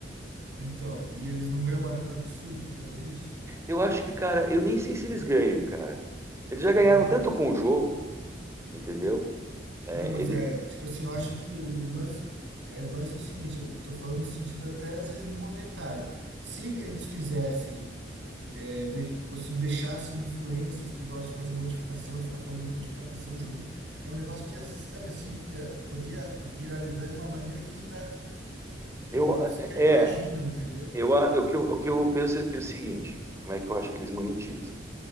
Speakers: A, on the right (about 90°); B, on the right (about 15°).
A: Então, e eles não ganham uma grana absurda por causa disso?
B: Eu acho que, cara, eu nem sei se eles ganham, cara. Eles já
A: Aham.
B: ganharam tanto com o jogo, entendeu? É,
A: Não, mas
B: ele,
A: é, tipo assim, eu acho que o o lance é, o lance é o seguinte, eu tô eu tô falando no sentido até às vezes monetário. Se eles fizessem, é, de- tipo assim, deixassem influencers que gostam de fazer modificação, ficar fazendo modificação, joguinho, é um negócio que, ia, sabe assim, ia- podia viralizar de uma maneira que ainda que
B: eu,
A: eles sequer
B: é, é,
A: imaginam, entendeu?
B: eu, a, o que eu, o que eu penso aqui é o seguinte: como é que eu acho que eles monetizam?